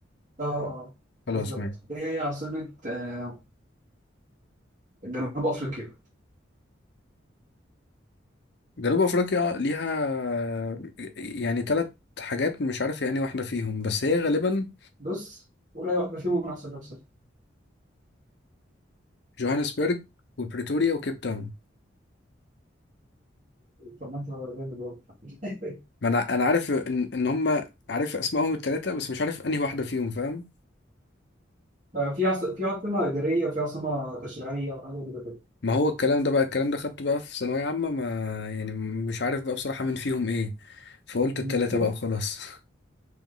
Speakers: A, on the right (about 40°); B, on the left (about 60°).
A: اه اه
B: خلاص
A: بالظبط
B: ماشي
A: ايه هي عاصمه آه جنوب افريقيا
B: جنوب افريقيا ليها يعني ثلاث حاجات مش عارف يعني واحدة فيهم بس هي غالبا
A: بص ولا واحده فيهم انا هسألك سؤال.
B: جوهانسبرج وبريتوريا وكيب تاون
A: طب ما انت ولا فاهم الجواب. <laughs>
B: ما انا انا عارف ان ان هم عارف اسمائهم الثلاثه بس مش عارف انهي واحده فيهم فاهم
A: آه، في عص... في عاصمة إدارية وفي عاصمة تشريعية وحاجة كده كده.
B: ما هو الكلام ده بقى الكلام ده خدته بقى في ثانويه عامه ما يعني مش عارف بقى بصراحه مين فيهم ايه فقلت
A: مم.
B: الثلاثه بقى وخلاص <laughs>